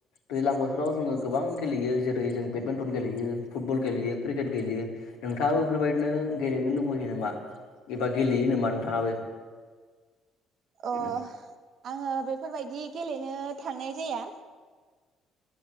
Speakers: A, on the left; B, on the right.
A: दैलां बोथोराव जोङो गोबां गेलेयो जेरै जों बेडमिन्टन गेलेयो फुटबल गेलेयो क्रिकेट गेलेयो नोंथाङाबो बेफोरबायदिनो गेलेनो लुबैैयो नामा एबा गेलेयो नामा नोंथाङाबो। बिदिनो
B: अह । आङो बेफोरबायदि गेलेनो थांनाय जाया।